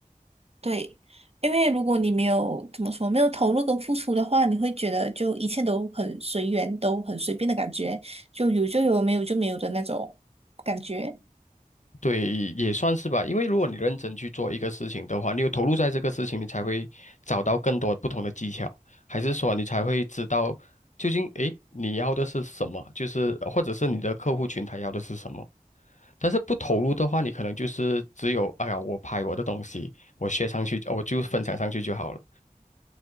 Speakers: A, on the right (about 45°); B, on the left (about 55°).
A: 对，因为如果你没有怎么说，没有投入跟付出的话，你会觉得就一切都很随缘，都很随便的感觉，就有就有，没有就没有的那种感觉。
B: 对，也算是吧。因为如果你认真去做一个事情的话，你有投入在这个事情，你才会找到更多不同的技巧，还是说你才会知道究竟诶你要的是什么，就是或者是你的客户群他要的是什么。但是不投入的话，你可能就是只有哎呀，我拍我的东西，我学上去，我就分享上去就好了。